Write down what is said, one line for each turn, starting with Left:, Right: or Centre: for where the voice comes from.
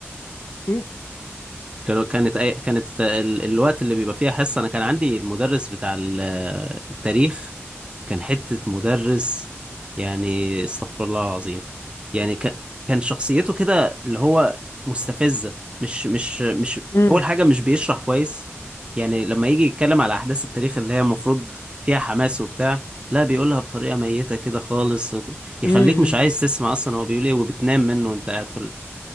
Left: مم.
Right: كانوا- كانت أي... كانت ال- الوقت اللي بيبقى فيها حصة أنا كان عندي المدرس بتاع ال- التاريخ كان حتة مدرس يعني استغفر الله العظيم يعني كان كان شخصيته كده اللي هو مستفزة مش مش مش
Left: مم.
Right: أول حاجة مش بيشرح كويس يعني لما يجي يتكلم على أحداث التاريخ اللي هي المفروض فيها حماس وبتاع لا بيقولها بطريقة ميتة كده خالص يخليك
Left: مم.
Right: مش عايز تسمع أصلا هو بيقول إيه وبتنام منه وأنت قاعد في